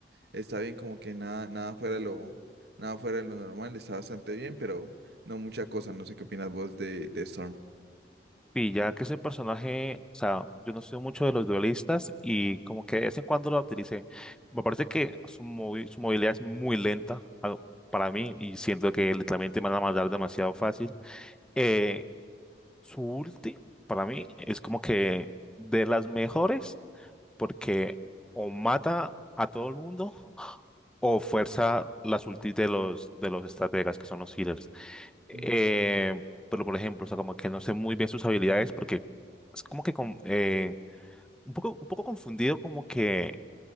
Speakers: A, on the right (about 70°); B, in the centre.
A: Está bien, como que nada, nada fuera de lo, nada fuera de lo normal, está bastante bien, pero no mucha cosa. No sé qué opinas vos de, de Storm.
B: Y ya que ese personaje, o sea, yo no soy mucho de los duelistas y como que de vez en cuando lo utilicé. Me parece que su, movi- su movilidad es muy lenta a- para mí y siento que literalmente me van a matar demasiado fácil. Eh, su ulti, para mí, es como que de las mejores porque o mata a todo el mundo o fuerza las ultis de los, de los estrategas que son los healers. Eh,
A: Mm.
B: pero por ejemplo, o sea, como que no sé muy bien sus habilidades porque es como que con, eh, un poco, un poco confundido como que